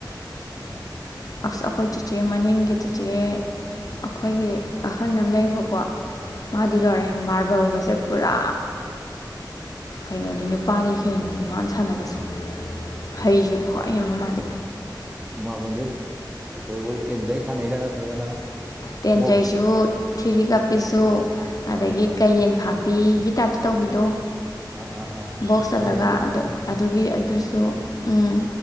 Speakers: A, on the right; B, on the left.
A: ꯑꯣ
B: ꯑꯁ ꯑꯩꯈꯣꯏ ꯆꯤꯆꯦ ꯃꯅꯤꯡꯒꯤ ꯆꯤꯆꯦ ꯑꯩꯈꯣꯏꯒꯤ ꯑꯍꯜ ꯑꯃ ꯂꯩꯕꯀꯣ
A: ꯎꯝ
B: ꯃꯥꯗꯤ ꯂꯣꯔꯦ ꯃꯔꯕꯜꯒꯁꯦ ꯄꯨꯔꯥ ꯀꯩꯅꯣꯅꯤ ꯅꯨꯄꯥꯗꯩ ꯍꯦꯟꯕꯅꯤ ꯃꯥꯅ ꯁꯥꯟꯅꯕꯁꯦ ꯍꯩꯁꯨ ꯈ꯭ꯋꯥꯏ ꯃ ꯃꯥꯗꯤ
A: ꯃꯥꯃꯜꯁꯦ ꯀ ꯑꯩꯈꯣꯏ ꯇꯦꯟꯖꯩ ꯁꯥꯟꯅꯩꯔꯥ ꯅꯠꯇ꯭ꯔꯒꯅ
B: ꯇꯦꯟ
A: ꯕꯣꯛꯁ
B: ꯆꯩꯥꯏꯁꯨ ꯊꯤꯔꯤ ꯀꯥꯞꯄꯤꯁꯨ ꯑꯗꯒꯤ
A: ꯑꯥ
B: ꯀꯩꯌꯦꯟ ꯐꯥꯕꯤꯒꯤ ꯇꯥꯏꯞꯇ ꯇꯧꯕꯤꯗꯣ
A: ꯑꯥ ꯑꯥ ꯑꯥ
B: ꯕꯣꯛꯁ ꯆꯜꯂꯒ
A: ꯍꯣꯏꯅꯦ
B: ꯑꯗꯨꯒꯤ ꯑꯗꯨꯁꯨ ꯎꯝ